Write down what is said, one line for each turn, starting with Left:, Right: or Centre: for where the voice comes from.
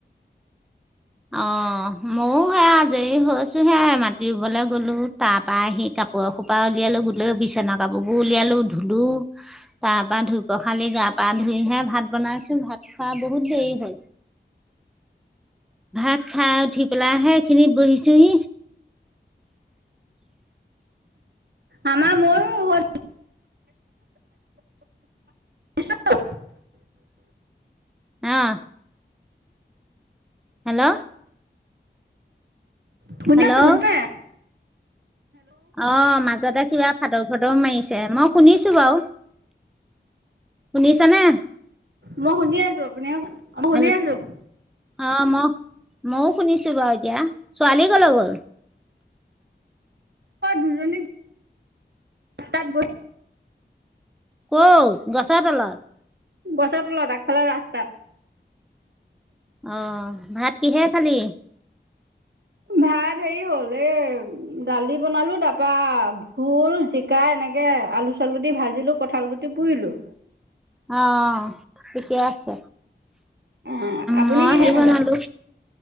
Centre: অ', ময়ো সেয়া আজৰি হৈছোহে, মাটি ৰুবলৈ গলো তাৰ পৰা সি কাপোৰ এসোপা উলিয়ালো গো লৈ বিচনা কাপোৰবোৰ উলিয়ালো ধুলো, তাৰ পৰা ধুই পখালি গা - পা ধুই হে ভাত বনাই ভাত খোৱা বহুত দেৰি হ'ল। ভাত খাই উঠি পেলাই হে খিনিত বহিছোহি।
Right: আমাৰ ময়ো েল <unintelligible>
Centre: আহ। হেল্ল'।
Right: শুন
Centre: হেল্ল'
Right: আছো শট <unintelligible>
Centre: অ' মাজতে কিবা ফাটৌ ফাটৌ মাৰিছে মই শুনিছো বাৰু। শুনিছানে
Right: মই শুনি আছো। আপুনি মই
Centre: হ,
Right: শুনি আছো
Centre: অ' মই ময়ও শুনিছো বাৰু। এতিয়া ছোৱালী ক'লে গ'ল?
Right: দুজনী তাত গৈ <inaudible>
Centre: ক'ত গছৰ তলত।
Right: বছৰ লত আগফালে ৰাস্তাত।
Centre: অ' ভাত কিহে খালি?
Right: ভাত হেৰি হ'ল এ দালি বনালো তাৰাপা ভোল জিকাই ন সনেকে আলু- চালুদি ভাজিলো কঁঠাল গুটি পুৰিলো।
Centre: অ' ঠিকেই আছে।
Right: অ আপুনি
Centre: মই
Right: কিহে
Centre: হেৰি
Right: খালে
Centre: বনালো।